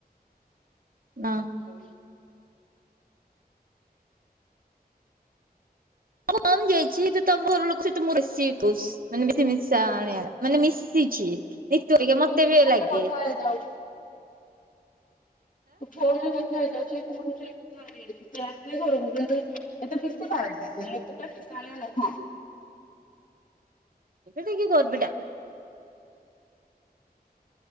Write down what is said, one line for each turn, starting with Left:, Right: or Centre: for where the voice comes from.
Right: ନାଁ।
Left: ହୁଁ।
Right: <unintelligible> ମୁଁ କମ୍ ଯାଇଛି ତ ତମ ଘର ଲୋକ ସହିତ ମୁଁ ବେଶୀ ପୁସ୍। ମାନେ ବେଶୀ ମିଶାଣିଆ ମାନେ ମିଶିଛି। ନିତୁ ଏଇକା ମତେ
Left: ତୁ ଫୋନରେ
Right: ବି ଲାଗେ।
Left: କଥା ହେଇଯାଉ ମୁ ଫୋନରେ କଥା ହେଇଯାଉଛି।
Right: <inaudible> ଁ
Left: ଥାଏ <unintelligible> ସେ ଆସିଲେ ଘରକୁ କିନ୍ତୁ ଏତେ ମିଶି ପାରେନି ସେ ନୀତୁଟା ମିଶାଣିଆ ନୁହଁ।
Right: ଏଟା ଟିକେ ଗର୍ବୀଟା।